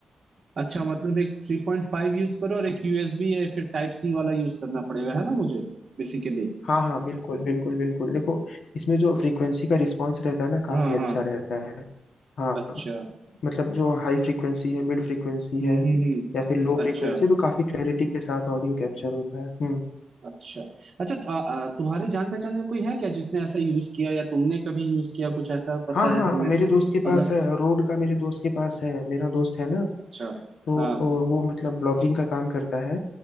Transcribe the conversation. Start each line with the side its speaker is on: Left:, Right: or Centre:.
Right: अच्छा मतलब एक 3.5 यूज करो और एक यूएसबी या फिर टाइप सी वाला यूज करना पड़ेगा है ना मुझे बेसिकली
Left: हाँ हाँ बिल्कुल बिल्कुल बिल्कुल देखो इसमें जो फ्रीक्वेंसी का रिस्पॉन्स रहता है ना काफी
Right: हाँ
Left: अच्छा
Right: हाँ
Left: रहता है हाँ
Right: अच्छा
Left: मतलब जो हाई फ्रीक्वेंसी है मिड फ्रीक्वेंसी
Right: हम्म
Left: है
Right: हम्म हम्म
Left: या फिर लो फ्रीक्वेंसी
Right: अच्छा
Left: तो काफी क्लैरिटी के साथ ऑडियो कैप्चर होता है हम्म
Right: अच्छा अच्छा तो, आ, आ, तुम्हारे जान पहचान में कोई है क्या जिसने ऐसा यूज किया या तुमने कभी यूज किया कुछ ऐसा पता
Left: हाँ हाँ
Right: है तुम्हें
Left: मेरे दोस्त के पास
Right: मतलब
Left: है रोड का मेरे दोस्त के पास है मेरा दोस्त है ना
Right: अच्छा
Left: तो
Right: हाँ
Left: वो मतलब ब्लॉगिंग का काम करता है